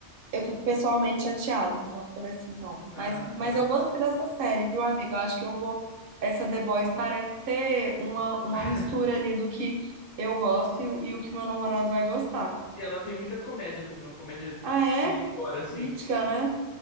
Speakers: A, on the right; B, on the left.
A: eu fico pessoalmente chateada. Então eu falei assim, não.
B: ah,
A: Mas, mas
B: tá.
A: eu gostei dessa série, viu, amiga? Eu acho que eu vou. Essa The Boys parece ser uma,
B: <laughs>
A: uma mistura ali do que eu gosto e, o- e o que meu namorado vai gostar.
B: Ela tem muita comédia também, uma comédia
A: Ah, é?
B: meio gore, assim.
A: Crítica, né?